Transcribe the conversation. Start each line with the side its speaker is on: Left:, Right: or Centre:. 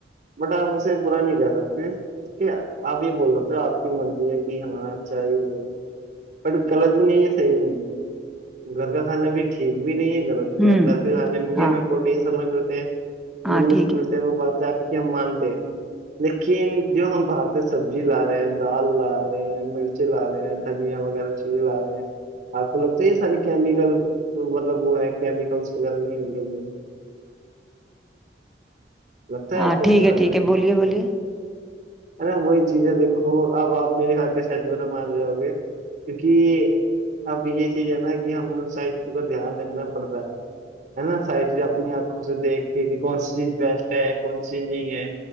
Right: بٹ آپ اسے برا نہیں کہہ سکتے کہ آپ یہ بول رہے ہو تو آپ کی مرضی ہے کہ ہاں اچھا ہے یا نہیں بٹ غلط بھی نہیں ہے صحیح بھی نہیں ہے گھر کا کھانا بھی ٹھیک بھی نہیں ہے غلط ابھی
Centre: ہوں
Right: اب گھر کے کھانے میں بھی
Centre: ہاں
Right: ہمیں پروٹینس وغیرہ ملتے ہیں
Centre: ہاں
Right: منرلس
Centre: ٹھیک
Right: ملتے
Centre: ہے
Right: ہیں وہ بات ہم مانتے ہیں لیکن جو ہم باہر سے سبزی لا رہے ہیں دال لا رہے ہیں مرچی لا رہے ہیں دھنیا وغیرہ چیزیں لا رہے ہیں آپ کو لگتا ہے یہ ساری کیمیکل مطلب وہ ہے کیمکلس وغیرہ نہیں ہے ان کے اندر لگتا ہے
Centre: ہاں
Right: آپ کو
Centre: ٹھیک
Right: کسی حساب
Centre: ٹھیک
Right: سے
Centre: ہے بولیے بولیے
Right: ارے وہی چیزیں دیکھو اب اپ میرے خیال پہ شاید برا مان جاؤ گے کیونکہ اب یہ چیز ہے نا کہ ہمیں ان ساری چیزوں کا دھیان رکھنا پڑتا ہے ہے نا ساری چیز اپنی آنکھوں سے دیکھ کے کہ کون سی چیز بیسٹ ہے کون چیز نہیں ہے